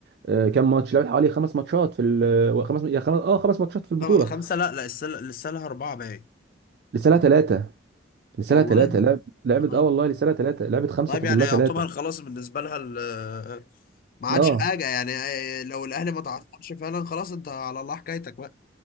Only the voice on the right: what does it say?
آه، كام ماتش لعبت حوالي خمس ماتشات في ال... خمس يا خمس اه خمس ماتشات في البطوله
لسه لها ثلاثه لسه
لها ثلاثه لعب... لعبت
اه والله لسه لها ثلاثه لعبت خمسه
فاضل
لها
ثلاثه
اه